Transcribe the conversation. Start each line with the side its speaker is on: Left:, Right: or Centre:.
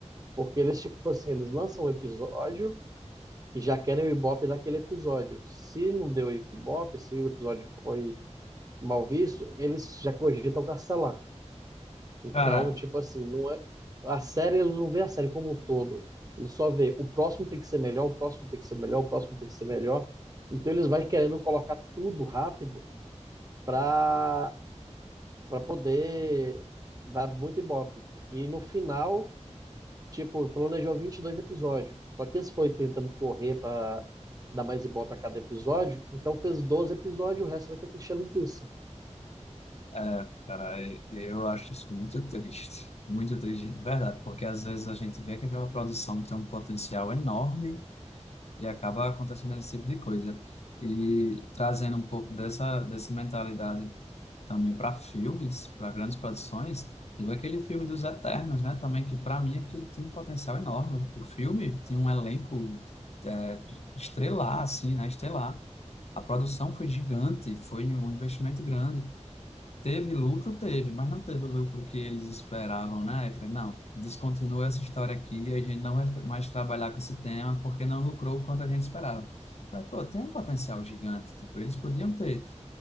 Right: porque eles, tipo assim, eles lançam um episódio e já querem o ibope daquele episódio. Se não deu ibope, se o episódio foi mal visto, eles já cogitam cancelar. Então,
Left: Cara,
Right: tipo assim, não é a série, ele não vê a série como um todo. Ele só vê o próximo tem que ser melhor, o próximo tem que ser melhor, o próximo tem que ser melhor. Então eles vai querendo colocar tudo rápido para para poder dar muito ibope. E no final, tipo, planejou 22 episódios. Só que eles foi tentando correr para dar mais ibope a cada episódio, então fez 12 episódios, o resto vai ter que encher linguiça.
Left: é, cara, e- eu acho isso muito triste, muito triste, de verdade, porque às vezes a gente vê que aquela produção tem um potencial enorme, E acaba acontecendo esse tipo de coisa. E trazendo um pouco dessa, dessa mentalidade também para filmes, para grandes produções, teve aquele filme dos Eternos, né? Também que para mim aquilo tem um potencial enorme. O filme tinha um elenco é, estelar, assim, né? Estelar. A produção foi gigante, foi um investimento grande. Teve lucro, teve, mas não teve o lucro que eles esperavam, né? Eu falei, não, descontinua essa história aqui, a gente não vai tra- mais trabalhar com esse tema porque não lucrou o quanto a gente esperava. Eu Falei, pô, tem um potencial gigante, tipo, eles podiam ter